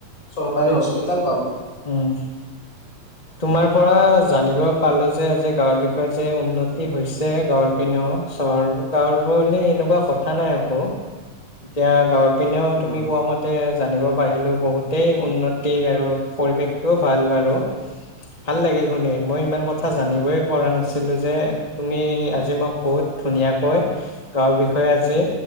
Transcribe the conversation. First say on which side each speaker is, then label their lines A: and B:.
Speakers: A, on the left; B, on the left.
A: চৰকাৰী হস্পিতেল
B: উম তোমাৰ পৰা জানিব পালো যে আজি গাঁৱৰ বিষয়ে যে উন্নতি হৈছে গাঁৱৰ পিন্নেো চহৰ গাঁৱৰ বুলি এনেকুৱা কথা নাই অক এতিয়া গাঁৱত পিনেও
A: উম
B: তুমি কোৱা মতে জানিব পাৰিলোঁ বহুতেই উন্নতি আৰু পৰিৱেশটোও ভাল বাৰু ভাল লাগিল শুনি মই ইমান কথা
A: উম
B: জানিবই পৰা নাছিলো যে তুমি আজি মোক বহুত ধুনীয়াকৈ গাঁৱৰ বিষয়ে আজি